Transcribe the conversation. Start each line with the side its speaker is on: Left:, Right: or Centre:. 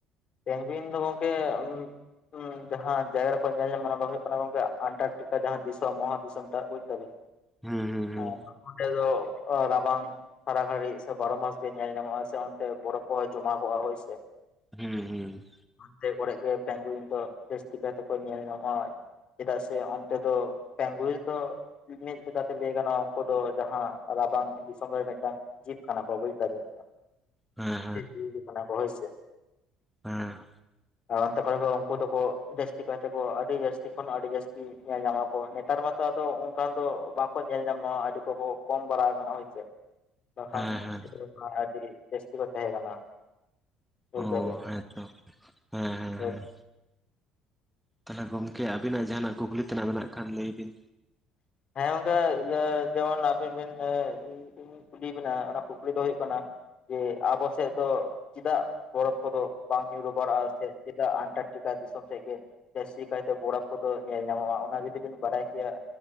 Left: ᱯᱮᱝᱜᱩᱭᱤᱝ ᱫᱚ ᱜᱚᱢᱠᱮ ᱦᱩᱸ ᱡᱟᱦᱟᱸ ᱡᱟᱭᱜᱟ ᱨᱮᱠᱚ ᱧᱮᱞ ᱧᱟᱢ ᱚᱱᱟ ᱫᱚ ᱦᱩᱭᱩᱜ ᱠᱟᱱᱟ ᱜᱚᱝᱠᱮ ᱟᱱᱴᱟᱨᱴᱤᱠᱟ ᱡᱟᱦᱟᱸ ᱫᱤᱥᱚᱢ ᱢᱚᱦᱟ ᱫᱤᱥᱚᱢ ᱴᱟᱜ ᱵᱩᱡ ᱫᱟ
Centre: ᱦᱩᱸ ᱦᱩᱸ
Left: ᱟᱨ ᱚᱸᱰᱮ ᱫᱚ ᱨᱟᱵᱟᱝᱼᱼ ᱥᱟᱨᱟ ᱜᱷᱟᱹᱲᱤᱡ ᱥᱮ ᱵᱟᱨᱚ ᱢᱟᱥ ᱜᱮ ᱧᱮᱞ ᱧᱟᱢᱚᱜᱼᱟ ᱥᱮ ᱚᱱᱰᱮ ᱵᱚᱨᱚᱯᱷ ᱠᱚᱦᱚᱸ ᱡᱚᱢᱟ ᱠᱚᱜᱼᱟ ᱦᱳᱭᱥᱮ᱾
Centre: ᱦᱩᱸ ᱦᱩᱸ,
Left: ᱦᱟᱱᱛᱮ ᱠᱚᱨᱮᱜ ᱜᱮ ᱯᱮᱝᱜᱩᱭᱤᱝ ᱫᱚ ᱡᱟᱹᱥᱛᱤ ᱠᱟᱭ ᱠᱟᱛᱮ ᱠᱚ ᱧᱮᱞ ᱧᱟᱢᱚᱜᱼᱟ᱾ ᱪᱮᱫᱟᱜ ᱥᱮ ᱚᱱᱛᱮ ᱫᱚ ᱯᱮᱝᱜᱩᱭᱤᱝ ᱫᱚᱼᱼ ᱢᱤᱫ ᱞᱮᱠᱟᱛᱮ ᱞᱟᱹᱭ ᱜᱟᱱᱚᱜᱼᱟ ᱩᱱᱠᱩ ᱫᱚ ᱡᱟᱦᱟᱸ ᱨᱟᱵᱟᱝ ᱫᱤᱥᱚᱢ ᱨᱮ ᱢᱤᱫᱴᱟᱝ ᱡᱤᱵ ᱠᱟᱱᱟ ᱠᱚ ᱵᱩᱪᱫᱟᱵᱮᱱ ᱛᱚ
Centre: ᱦᱮᱸ ᱦᱮᱸ
Left: ᱥᱮ ᱡᱤᱭᱟᱹᱞᱤ ᱠᱟᱱᱟ ᱠᱚ ᱦᱳᱭ ᱥᱮ᱾
Centre: ᱦᱮᱸ,
Left: ᱟᱨ ᱚᱱᱛᱮ ᱠᱚᱨᱮ ᱫᱚ ᱩᱱᱠᱩ ᱫᱚᱠᱚ ᱡᱟᱹᱥᱛᱤ ᱠᱟᱭᱛᱮᱠᱚ ᱟᱹᱰᱤ ᱡᱟᱹᱥᱛᱤ ᱠᱷᱚᱱ ᱟᱹᱰᱤ ᱡᱟᱹᱥᱛᱤ ᱧᱮᱞ ᱧᱟᱢᱟ ᱠᱚ ᱱᱮᱛᱟᱨ ᱢᱟᱛᱚ ᱟᱫᱚ ᱚᱱᱠᱟᱱ ᱫᱚ ᱵᱟᱠᱚ ᱧᱮᱞ ᱧᱟᱢᱚᱜᱼᱟ ᱟᱹᱰᱤ ᱠᱚᱠᱚ ᱠᱚᱢ ᱵᱟᱲᱟ ᱟᱠᱟᱱᱟ ᱦᱳᱭᱥᱮ᱾ ᱵᱟᱠᱷᱟᱱ
Centre: ᱦᱮᱸ ᱦᱮᱸ
Left: ᱟᱹᱰᱤ ᱡᱟᱹᱥᱛᱤ ᱠᱚ ᱛᱟᱦᱮᱸ ᱠᱟᱱᱟ ᱵᱩᱡ
Centre: ᱚ
Left: ᱫᱟᱵᱤᱱ᱾
Centre: ᱦᱮᱸᱛᱚ ᱦᱮᱸ ᱦᱮᱸ
Left: ᱦ
Centre: ᱦᱮᱸ
Left: <inaudible>
Centre: ᱛᱟᱦᱚᱞᱮ ᱜᱚᱢᱠᱮ ᱟᱵᱤᱱᱟᱜ ᱡᱟᱦᱟᱱᱟᱜ ᱠᱩᱠᱞᱤ ᱛᱮᱱᱟᱜ ᱢᱮᱱᱟᱜ ᱠᱷᱟᱱ ᱞᱟᱹᱭ ᱵᱤᱱ?
Left: ᱦᱮᱸ ᱜᱚᱝᱠᱮ, ᱡᱮᱢᱚᱱ ᱟᱵᱤᱱ ᱵᱤᱱ ᱤᱧ ᱠᱩᱞᱤ ᱵᱤᱱᱟ ᱚᱱᱟ ᱠᱩᱠᱞᱤ ᱫᱚ ᱦᱩᱭᱩᱜ ᱠᱟᱱᱟ ᱡᱮ ᱟᱵᱚ ᱥᱮᱫ ᱫᱚ ᱪᱮᱫᱟᱜ ᱵᱚᱨᱚᱯᱷ ᱠᱚᱫᱚ ᱵᱟᱝ ᱧᱩᱨᱩ ᱵᱟᱲᱟᱜ-ᱟ ᱥᱮ ᱪᱮᱫᱟᱜ ᱟᱱᱴᱟᱨᱠᱴᱤᱠᱟ ᱫᱤᱥᱚᱢ ᱥᱮᱫ ᱜᱮ ᱡᱟᱹᱥᱛᱤ ᱠᱟᱭᱛᱮ ᱵᱚᱨᱚᱯᱷ ᱠᱚᱫᱚ ᱧᱮᱞ ᱧᱟᱢᱚᱜᱼᱟ᱾ ᱚᱱᱟ ᱡᱩᱫᱤᱵᱤᱱ ᱵᱟᱰᱟᱭ ᱠᱮᱭᱟ